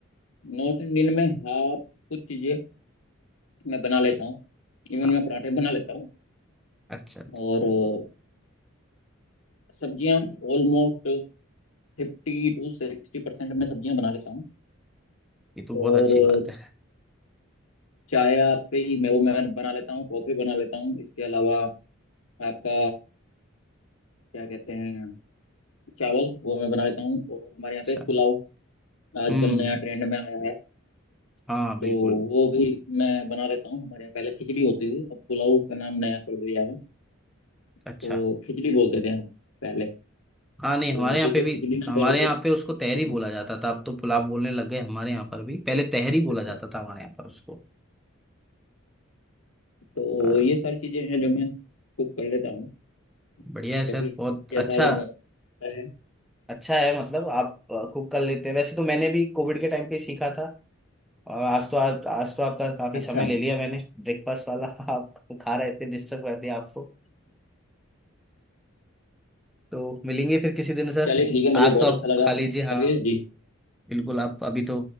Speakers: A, on the left; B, in the centre.
A: नॉर्थ इंडियन में हाँ कुछ चीजें मैं बना लेता हूँ इवन
B: हाँ
A: मैं पराठे बना लेता हूँ
B: अच्छा अच्छा,
A: और अ, सब्जियाँ ऑलमोस्ट फिफ्टी टू सिक्सटी परसेंट मैं सब्जियाँ बना लेता हूँ
B: ये तो बहुत
A: और
B: अच्छी
A: अ,
B: बात है
A: चाय आपकी मैं वो मैं बना लेता हूँ कॉफ़ी बना लेता हूँ इसके अलावा आपका क्या कहते हैं चावल वो मैं बना लेता हूँ और हमारे
B: अच्छा
A: यहाँ पे पुलाव आजकल
B: हम्म
A: नया ट्रेंड में आया है
B: हाँ बिल्कुल
A: तो वो भी मैं बना लेता हूँ हमारे यहाँ पहले खिचड़ी होती थी अब पुलाव का नाम नया कर दिया है तो
B: अच्छा
A: खिचड़ी बोलते थे हम पहले
B: हाँ नहीं
A: तो
B: हमारे
A: अभी
B: यहाँ पे
A: तो
B: भी
A: खिचड़ी ना
B: हमारे
A: बोल
B: यहाँ
A: के
B: पे उसको
A: हाँ,
B: तहरी बोला जाता था अब तो पुलाव बोलने लग गए हमारे यहाँ पर भी पहले तहरी
A: अच्छा
B: बोला
A: अच्छा
B: जाता था हमारे यहाँ पर उसको
A: तो
B: आ,
A: ये सारी चीजें हैं जो मैं कुक कर लेता हूँ
B: बढ़िया
A: और
B: है
A: कभी
B: सर बहुत अच्छा
A: ऐसा अगर मौका है
B: अच्छा है मतलब आप कुक कर लेते हैं वैसे तो मैंने भी कोविड के टाइम पे ही सीखा था और आज तो आज, आज तो आपका काफी
A: अच्छा
B: समय ले
A: <laughs>
B: लिया मैंने ब्रेकफास्ट वाला <laughs> आप खा रहे थे डिस्टर्ब कर दिया आपको तो मिलेंगे फिर किसी दिन सर
A: चलिए ठीक है मुझे
B: आज
A: बहुत
B: तो आप
A: अच्छा लगा
B: खा
A: आपने
B: लीजिए
A: बात
B: हाँ
A: करके जी
B: बिल्कुल आप अभी तो